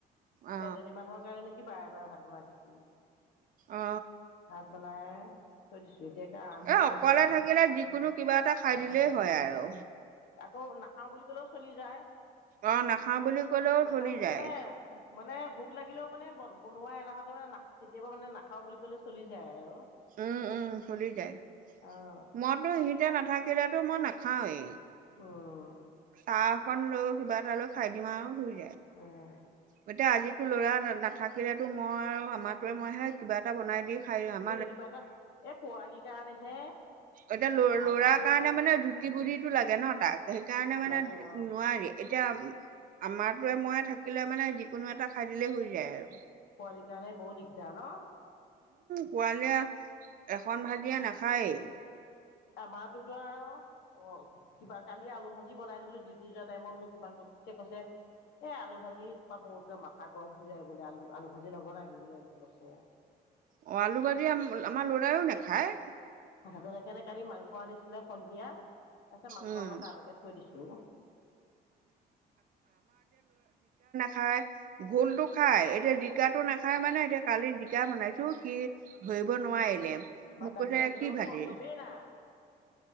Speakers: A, on the right; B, on the left.
A: অ
B: এজনী মানুহৰ কাৰণে নো কি বাৰে বাৰে ভাত বনাই থাকিম।
A: অ
B: ভাত বনাই থৈ দিছো। এতিয়াকে আৰাম
A: এ
B: কৰি
A: অকলে
B: আছো আৰু।
A: থাকিলে যিকোনো কিবা এটা খাই দিলেই হয় আৰু।
B: আকৌ নাখাঁও বুলি ক'লেও চলি যায়।
A: অ নাখাওঁ বুলি ক'লেও
B: নাখাঁও
A: চলি যায়
B: মানে উ মানে ভোক লাগিলেও মানে ব বনোৱা এলাহতে মানে কেতিয়াবা মানে নাখাও বুলি কলে চলি যায় আৰু
A: উম, উম চলি যায়
B: অঁ
A: মইতো সিহঁতে নাথাকিলেতো মই নাখা খাও এই
B: উম
A: চাহ অকন লৈ কিবা এটা লৈ খাই দিম আৰু শুই,
B: উম
A: এতিয়া আজিতো লৰা নাথাকিলেতো মই আৰু আমাৰয়ে মইহে কিবা, এটা বনাই দি খাই যাম।
B: কিবা এটা এই পোৱালিৰ কাৰণেহে,
A: এতিয়া ল
B: ভাল
A: লৰাাৰ
B: ভাল
A: কাৰণে মানে জুতি বুটিটো লাগে ন তাক সেইকাৰণে মানে
B: লাগে
A: উ,
B: অঁ
A: নোৱাৰি এতিয়া আমাৰটোৱে মই থাকিলে মানে যিকোনো এটা খাই দিলেই হৈ যায় আৰু।
B: পোৱালিকা নে বৰ দিগদাৰ ন।
A: পোৱালীয়ে এখন ভাজিয়া নাখায়েই।
B: আমাৰোতো আৰু অ' কিবা কালি আলু ভাজি বনাই দিলো ডিউটি যোৱা টাইমত মোক ইমান চ কৈছে, এ আলু ভাজি খোপা মকে মাথা গৰম হৈ যায় বোলে আলু-আলু ভাজি নবনাবি বুলি এনেকে কৈছে।
A: অ' আলু বাজি আমাৰ লৰাও নেখায়।
B: ৰ সেইকাৰণে কালি মাংস আনিছিলে সন্ধিয়া, তাৰপিছত মাংস
A: উম
B: অকণ তালৈকে থৈ দিছো।
A: খাই ভোলতো খাই এতিয়া জিকাটো নাখায় মানে এতিয়া কালি জিকা বনাইছো, সি ধৰিব নোৱাৰিলে
B: বা
A: মোক
B: দালি
A: কৈছে
B: ভাজিৰ
A: কি
B: লগতো
A: ভাজি,
B: মতলবেই নাই